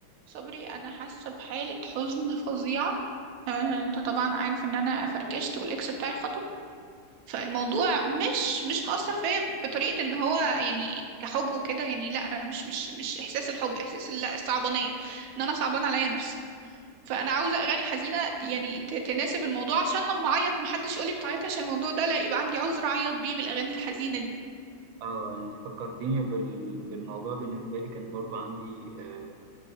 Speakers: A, on the right; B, on the right.
A: صبري انا حاسه بحاله حزن فظيعه آه، انت طبعا عارف ان انا فركشت والاكس بتاعي خطب فالموضوع مش مش مأثر فيا بطريقه ان هو يعني كحب وكده يعني لا انا مش مش مش احساس الحب احساس لا الصعبانيه ان انا صعبان عليا نفسي فانا عاوزه اغاني حزينه ت- يعني ت- تناسب الموضوع عشان لما اعيط محدش يقولي بتعيطي عشان الموضوع ده لا يبقى عندي عذر اعيط بيه بالاغاني الحزينه دي
B: اه انت فكرتيني بال... بالموضوع بالنسبة لي كان برضو عندي آه،